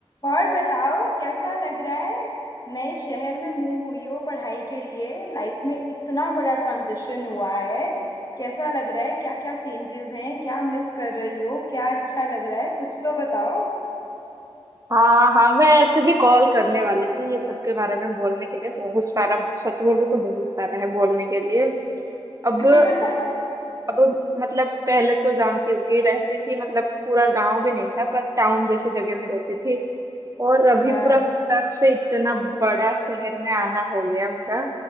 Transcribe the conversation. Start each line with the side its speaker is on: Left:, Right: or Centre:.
Left: और बताओ कैसा लग रहा है नए शहर में मूव हुई हो पढ़ाई के लिए लाइफ में इतना बड़ा ट्रांजिशन हुआ है कैसा लग रहा है क्या क्या चेंजेस हैं क्या मिस कर रही हो क्या अच्छा लग रहा है कुछ तो बताओ
Right: हाँ हाँ मैं ऐसे भी कॉल करने वाली थी ये सब के बारे में बोलने के लिए बहुत सारा सच बोलूं तो बहुत सारा है बोलने के लिए अब
Left: <laughs>
Right: अब मतलब पहले तो जानती होगी रहती थी मतलब पूरा गांव भी नहीं था पर टाउन जैसे जगह में रहती थी और अभी
Left: हाँ
Right: पूरा फटाक से इतना बड़ा शहर में आना हो गया मेरा